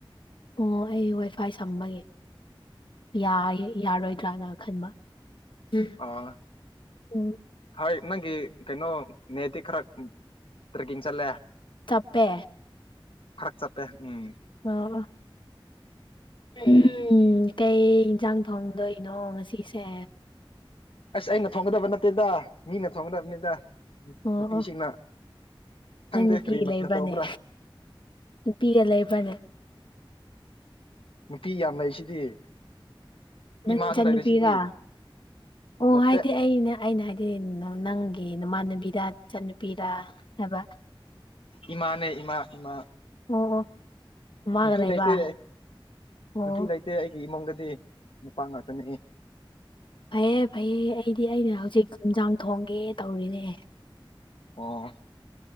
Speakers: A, on the left (about 65°); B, on the left (about 80°).
A: ꯑꯣ ꯑꯩ ꯋꯥꯏ ꯐꯥꯏ ꯁꯝꯕꯒꯤ ꯌꯥ ꯌꯥꯔꯣꯏꯗ꯭ꯔꯅ ꯈꯟꯕ <unintelligible>
B: ꯑꯥ
A: ꯎꯝ
B: ꯍꯣꯏ ꯅꯪꯒꯤ ꯀꯩꯅꯣ ꯅꯦꯠꯗꯤ ꯈꯔ ꯇ꯭ꯔꯦꯛꯀꯤꯡ ꯆꯠꯂꯦ
A: ꯇꯞꯄꯦ
B: ꯈꯔꯛ ꯆꯞꯄꯦ ꯎꯝ
A: ꯑꯣ ꯎꯝ ꯀꯩ ꯌꯦꯟꯁꯥꯡ ꯊꯣꯡꯗꯣꯏꯅꯣ ꯉꯁꯤꯁꯦ
B: ꯑꯁ ꯑꯩꯅ ꯊꯣꯡꯒꯗꯕ ꯅꯠꯇꯦꯗ ꯃꯤꯅ ꯊꯣꯡꯒꯗꯕꯅꯤꯗ
A: ꯑꯣ
B: ꯅꯨꯄꯤꯁꯤꯡꯅ
A: ꯑꯣ
B: ꯈꯪꯗꯦ
A: ꯅꯪ ꯅꯨꯄꯤ
B: ꯀꯔꯤ ꯃꯊꯦꯜ
A: ꯂꯩꯕ꯭ꯔꯅꯦ
B: ꯇꯧꯔꯕ꯭ꯔꯥ
A: ꯅꯨꯄꯤꯒ ꯂꯩꯕꯅꯦ
B: ꯅꯨꯄꯤ ꯌꯥꯝ ꯂꯩꯁꯤꯗꯤ
A: ꯅꯪ
B: ꯏꯃꯥꯁꯨ
A: ꯆꯟꯅꯨꯄꯤꯔ
B: ꯂꯩꯔꯤꯁꯤꯗꯤ
A: ꯑꯣ
B: ꯅꯠꯇꯦ
A: ꯍꯥꯏꯗꯤ ꯑꯩꯅ ꯑꯩꯅ ꯍꯥꯏꯗꯤ ꯅꯪꯒꯤ ꯅꯃꯥꯟꯅꯕꯤꯗ ꯏꯆꯟꯅꯨꯄꯤꯔ ꯍꯥꯏꯕ
B: ꯏꯃꯥꯅꯦ ꯏꯃꯥ ꯏꯃꯥ
A: ꯑꯣ ꯑꯣ ꯃꯥꯒ
B: ꯅꯨꯄꯤ
A: ꯂꯩꯕ
B: ꯂꯩꯇꯦ
A: ꯑꯣ
B: ꯅꯨꯄꯤ ꯂꯩꯇꯦ ꯑꯩꯒꯤ ꯏꯃꯨꯡꯗꯗꯤ ꯅꯨꯄꯥ ꯉꯥꯛꯇꯅꯤ
A: ꯐꯩꯌꯦ ꯐꯩꯌꯦ ꯑꯩꯗꯤ ꯑꯩꯅ ꯍꯧꯖꯤꯛ ꯏꯟꯖꯥꯡ ꯊꯣꯡꯒꯦ ꯇꯧꯔꯤꯅꯦ
B: ꯑꯣ